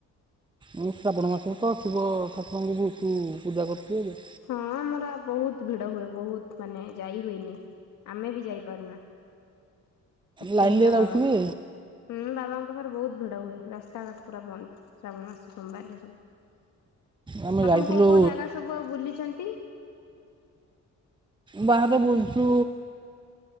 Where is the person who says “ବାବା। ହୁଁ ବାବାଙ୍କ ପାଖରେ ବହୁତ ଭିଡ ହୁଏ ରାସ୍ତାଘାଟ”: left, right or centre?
Left